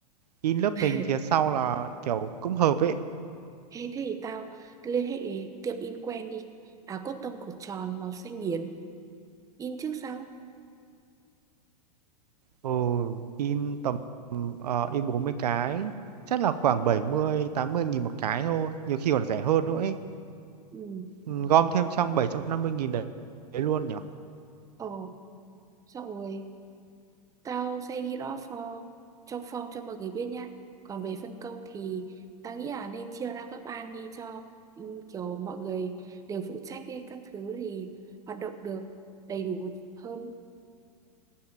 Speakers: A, on the right; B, on the right.
A: In lớp
B: <laughs>
A: mình phía sau là kiểu cũng hợp ấy.
B: Thế thì tao liên hệ tiệm in quen đi. Áo cốt tông cổ tròn màu xanh biển. In trước sau.
A: Ừ, in tầm ờ, in 40 cái, chắc là khoảng bảy mươi tám mươi nghìn một cái thôi, nhiều khi còn rẻ hơn nữa ấy.
B: Ừ.
A: Ừ, gom thêm trong 750.000 đấy, đấy luôn nhỉ?
B: Ồ, xong rồi Tao sẽ ghi rõ for trong form cho mọi người biết nhá. Còn về phân công thì tao nghĩ là nên chia ra các ban đi cho ừ, kiểu mọi người đều phụ trách ấy, các thứ thì hoạt động được đầy đủ hơn.